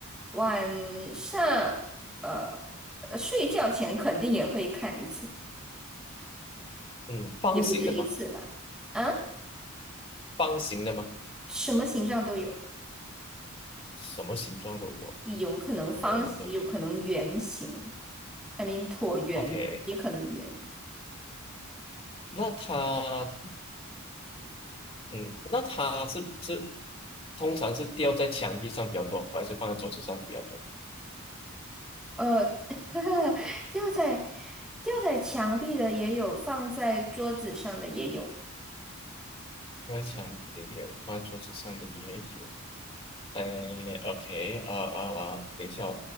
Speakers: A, in the centre; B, on the left.
A: 晚上呃呃睡觉前肯定也会看一次，
B: 嗯，方形的吗？
A: 也不止一次了。啊，
B: 方形的吗？
A: 什么形状都有。
B: 什么形状都有。
A: 有可能方形，
B: 呃呃
A: 有可能圆形，I mean 椭圆也可能圆。
B: ，OK，那它，嗯，那它是是通常是吊在墙壁上比较多，还是放在桌子上比较多？
A: 呃，<laughs> 吊在吊在墙壁的也有，放在桌子上的也有。
B: 放在墙壁的也有，放在桌子上的也有。哎，OK，啊啊啊，等一下，